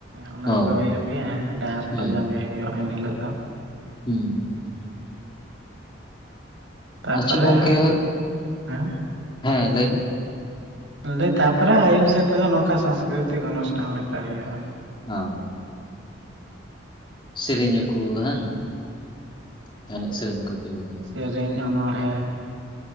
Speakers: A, on the right; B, on the left.
A: ᱚᱱᱟ
B: ᱚ,
A: ᱠᱚ ᱦᱩᱭᱩᱜ ᱜᱮᱭᱟ ᱰᱟᱦᱟᱨ ᱠᱚ
B: ᱦᱩᱸ,
A: ᱡᱟᱸᱜᱮ ᱦᱩᱭᱩᱜᱼᱟ ᱮᱱᱦᱤᱞᱳᱜ ᱫᱚ᱾
B: ᱦᱩᱸ᱾
A: ᱦᱩᱸ᱾ ᱛᱟᱨᱯᱚᱨᱮ
B: ᱟᱪᱪᱷᱟ ᱜᱚᱝᱠᱮ,
A: ᱦᱮᱸ
B: ᱦᱮᱸ ᱞᱟᱹᱭ ᱢᱮ?
A: ᱤᱱᱟᱹ ᱛᱟᱯᱚᱨᱮ ᱟᱭᱩᱵ ᱥᱮᱫ ᱛᱮᱫᱚ ᱱᱚᱝᱠᱟ ᱥᱟᱝᱥᱠᱨᱤᱛᱤᱠ ᱚᱱᱩᱥᱴᱷᱟᱱ ᱞᱮᱠᱟ ᱦᱩᱭᱩᱜᱼᱟ᱾
B: ᱚ᱾ ᱥᱮᱨᱮᱧ ᱟᱹᱠᱩ ᱦᱮᱸ ᱵᱟᱝ, ᱮᱱᱮᱡ ᱥᱮᱨᱮᱧ ᱠᱚ ᱦᱩᱭᱩᱜᱼᱟ᱾
A: ᱥᱮᱨᱮᱧ ᱚᱱᱚᱲᱦᱮᱸ